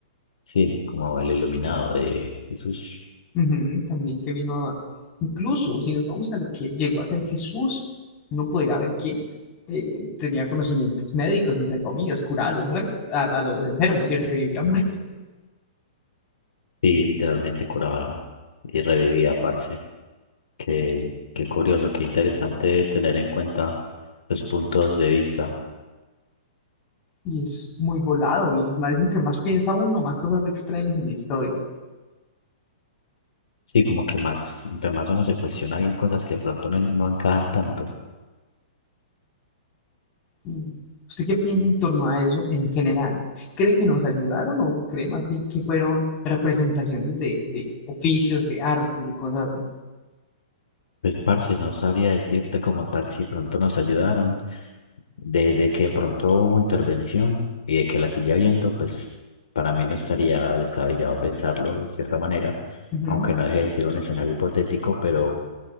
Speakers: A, on the left; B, on the left.
A: Sí, como el iluminado de Jesús.
B: Ujú, también que vino a... Incluso si nos vamos a lo que llegó a ser Jesús, uno podría ver que eh, tenía conocimientos médicos, entre comillas, curaba a los muertos, a, a los enfermos y revivía muertos.
A: Sí, literalmente curaba y revivía, parce. Qué, qué curioso, qué interesante tener en cuenta los puntos de vista.
B: Y es muy volado y más, entre más piensa uno, más cosas ve extrañas en la historia.
A: Sí, como que más, entre más uno se cuestiona, hay cosas que de pronto no, en- no encajan tanto.
B: Y, ¿Usted qué piensa en torno a eso en general? ¿Sí cree que nos ayudaron o cree más bien que fueron representaciones de, de oficios, de artes, de cosas
A: Pues, parce, no sabría decirte como tal si pronto nos ayudaron, de, de que pronto hubo intervención y de que la sigue habiendo, pues para mí no estaría descabellado pensarlo de cierta manera,
B: así?
A: aunque no deje de ser un escenario hipotético, pero